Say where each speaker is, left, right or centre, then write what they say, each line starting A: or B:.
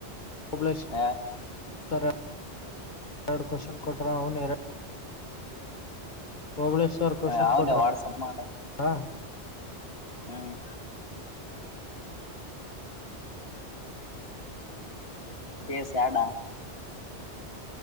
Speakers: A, on the left; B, on the left.
A: ಓಬಳೇಶ್
B: ಯಾ-
A: ಸರ ಎರ್ಡು ಕ್ವಶನ್ ಕೊಟ್ಟ್ರ ಅವನ್ ಎರ ಬೌಳೇಶರ್ ಕ್ವಶನ್
B: ಯಾವ್ಲೆ
A: ಕೋಟ್ರಾ
B: ವಾಟ್ಸಪ್ ಮಾಡ
A: ಹಾ
B: ಹ್ಮ್ ಎಸ ಯಾಡಾ